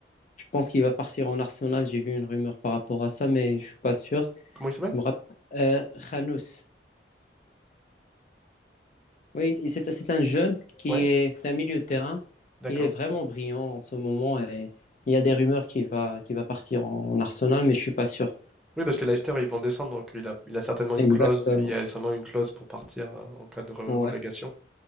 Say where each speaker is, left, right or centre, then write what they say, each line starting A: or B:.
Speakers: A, on the left (about 45°); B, in the centre.
A: Je pense qu'il va partir en Arsenal. J'ai vu une rumeur par rapport à ça, mais je suis pas sûr.
B: Comment il s'appelle?
A: Je me rappelle. Euh, Khanous. Oui, et c'est c'est un jeune qui
B: Oui,
A: est, c'est un milieu de terrain.
B: d'accord.
A: Il est vraiment brillant en ce moment et il y a des rumeurs qu'il va, qu'il va partir en Arsenal, mais je suis pas sûr.
B: Oui, parce que Leicester, ils vont descendre, donc il a, il a certainement une
A: Exactement.
B: clause, il y a certainement une clause pour partir euh, en cas de re-
A: Ouais.
B: relégation.